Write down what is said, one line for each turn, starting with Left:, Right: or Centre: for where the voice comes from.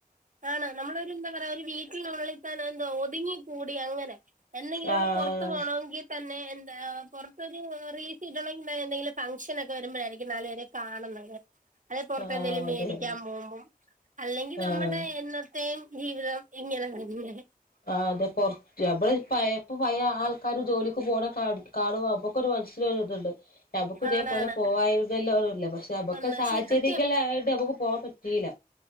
Right: ആണ് നമ്മളൊരുന്താ പറയാ ഒരു വീട്ടിനുള്ളിത്തന്നെ എന്തോ ഒതുങ്ങിക്കൂടി അങ്ങനെ എന്നെങ്കിലുവമ്മള്
Left: ആഹ്
Right: പൊറത്തു പോണോങ്കി തന്നെ എന്താ പൊറത്തൊരു റീച്ച് കിട്ടണെങ്കില് എന്തങ്കിലും ഫംഗ്ഷനക്കെ വരുമ്പഴായിരിക്കും നാല് പേരെ കാണുന്നത്. അല്ലെ പൊറത്തെന്തെലും
Left: ആഹ് അതെ
Right: മേടിക്കാൻ
Left: അതെ
Right: പോവുമ്പം അല്ലെങ്കിൽ
Left: ആഹ്
Right: നമ്മ എന്നത്തെം ജീവിതം ഇങ്ങനെ തന്നെ
Left: ആ അതെ പൊറ നമ്മള് പയെ ഇപ്പ പല ആൾക്കാര് ജോലിക്ക് പോണ കാണുമ്പോ അമ്മക്കൊരു മനസ്സിലൊരു ത്ണ്ട് ഞമ്മൾക്കും ഇതേപോലെ
Right: ആണാണ്
Left: പോവായിരുന്നല്ലോന്നുള്ള പക്ഷെ നമ്മക്ക്
Right: പക്ഷെ
Left: സാഹചര്യങ്ങൾ
Right: സത്യം
Left: ആയോണ്ട് പോവാൻ പറ്റീല്ല